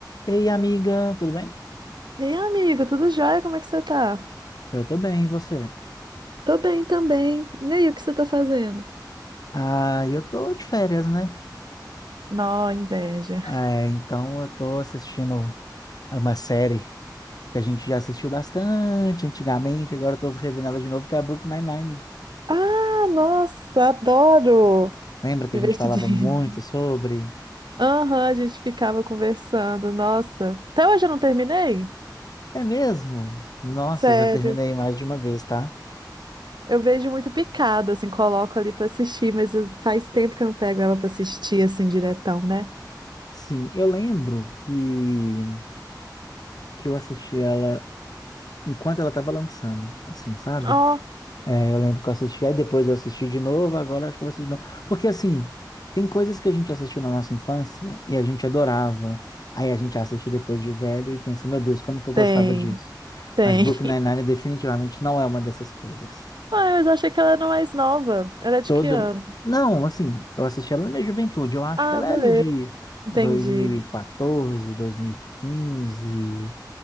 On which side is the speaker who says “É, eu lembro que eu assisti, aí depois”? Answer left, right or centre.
Left